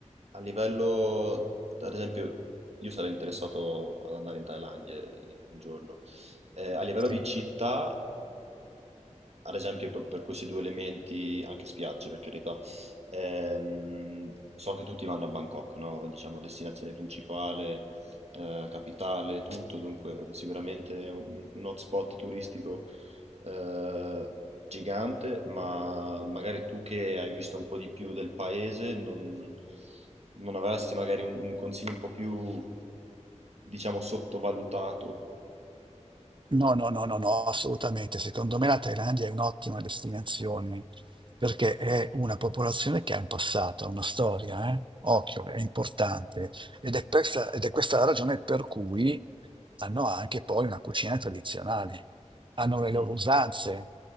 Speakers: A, on the right (about 60°); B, on the right (about 40°).
A: A livello, ad esempio, io sarei interessato ad andare in Thailandia eh, un giorno. Eh, a livello
B: Sì.
A: di città, ad esempio proprio per questi due elementi, anche spiagge per carità, ehm, so che tutti vanno a Bangkok, no? Diciamo destinazione principale, eh, capitale, tutto, dunque sicuramente un, un hotspot turistico eh, gigante, ma magari tu che hai visto un po' di più del paese non, non avresti magari un, un consiglio un po' più, diciamo, sottovalutato.
B: No, no, no, no, no, assolutamente. Secondo me la Thailandia è un'ottima destinazione perché è una popolazione che ha un passato, ha una storia, eh. Occhio, è importante. Ed è questa, ed è questa la ragione per cui hanno anche poi una cucina tradizionale, hanno le loro
A: Mm,
B: usanze,